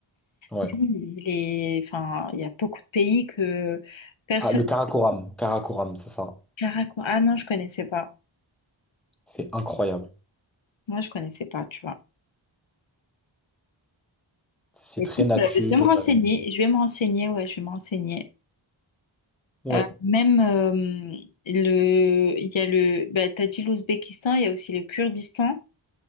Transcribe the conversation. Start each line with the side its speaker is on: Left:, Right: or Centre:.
Centre: Ouais.
Left: Mais oui, Les... Enfin, il y a beaucoup de pays que personne
Centre: Ah, le Karakoram. Karakoram, c'est ça.
Left: Caracas. Ah non, je connaissais pas.
Centre: C'est incroyable.
Left: Moi, je connaissais pas, tu vois.
Centre: C'est
Left: Écoute,
Centre: très nature.
Left: euh, je vais me renseigner.
Centre: euh,
Left: Je vais me renseigner. Ouais, je vais me renseigner.
Centre: Ouais,
Left: Euh, même euh, le, il y a le, bah, t'as dit l'Ouzbékistan, il y a aussi le Kurdistan.